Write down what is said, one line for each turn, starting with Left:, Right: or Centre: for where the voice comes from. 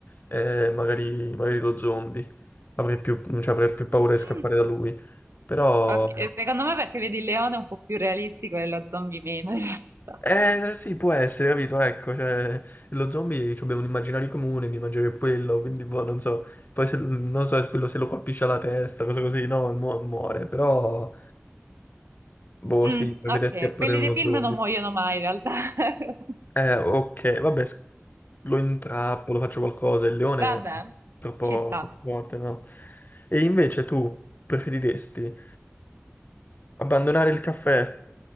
Left: eh, magari, magari lo zombie. Avrei più, cioè, avrei più paura di
Right: mm,
Left: scappare da lui. Però...
Right: ok, secondo me perché vedi il leone è un po' più realistico e lo zombie meno in realtà.
Left: Eh, sì, può essere, capito? Ecco, cioè, lo zombie cioè, abbiamo un immaginario comune, mi immagino che quello, quindi boh, non so. Poi se, non so se quello se lo colpisce alla testa, cose così, no, mu- muore, però, boh,
Right: Mm,
Left: sì, puoi
Right: ok,
Left: vedere scappare
Right: quelli
Left: da
Right: dei
Left: uno
Right: film
Left: zombie.
Right: non muoiono mai in realtà. <laughs>
Left: Eh, ok, vabbè, s- lo intrappolo, faccio qualcosa, il leone
Right: Vabbè,
Left: è troppo,
Right: ci sta.
Left: troppo forte, no? E invece tu preferiresti abbandonare il caffè